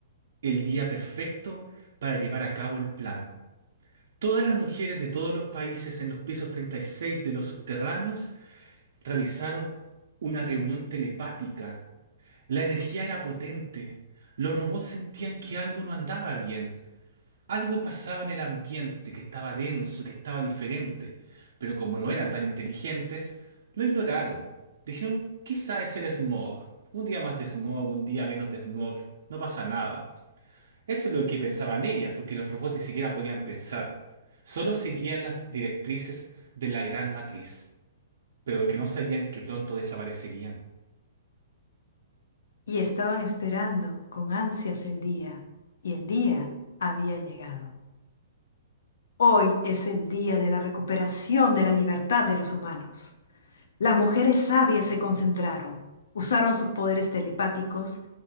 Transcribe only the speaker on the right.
el día perfecto para llevar a cabo el plan. Todas las mujeres de todos los países en los pisos 36 de los subterráneos realizaron una reunión telepática. La energía era potente. Los robots sentían que algo no andaba bien. Algo pasaba en el ambiente que estaba denso, que estaba diferente, pero como no eran tan inteligentes, lo ignoraron. Dijeron, quizá es el smog. Un día más de smog, un día menos de smog, no pasa nada. Eso es lo que pensaban ellas, porque los robots ni siquiera podían pensar. Solo seguían las directrices de la gran matriz, pero lo que no sabían es que pronto desaparecerían.